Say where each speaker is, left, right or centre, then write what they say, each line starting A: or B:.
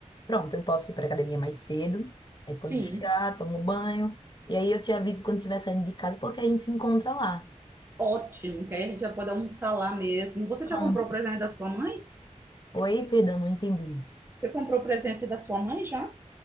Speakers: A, on the left; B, on the right.
A: Pronto, eu posso ir para academia mais cedo. Aí quando
B: Sim.
A: chegar, tomo banho. E aí eu te aviso quando estiver saindo de casa, porque a gente se encontra lá.
B: Ótimo, que aí a gente já pode almoçar lá mesmo. Você
A: Pronto.
B: já comprou o presente da sua mãe?
A: Oi, perdão, não entendi.
B: Você comprou o presente da sua mãe já?